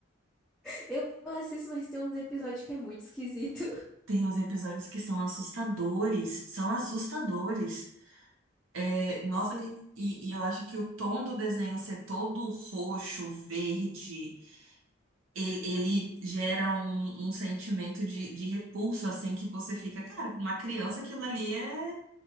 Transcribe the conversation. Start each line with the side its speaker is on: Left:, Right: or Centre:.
Centre: <laughs> Eu assisto, mas tem um episódio que é muito esquisito.
Right: Tem uns episódios que são assustadores, são assustadores. É, nossa,
Centre: Sim,
Right: e, e eu acho que o tom do desenho ser todo roxo, verde, ele, ele gera um, um sentimento de, de repulso, assim, que você fica, cara, pra uma criança aquilo ali é,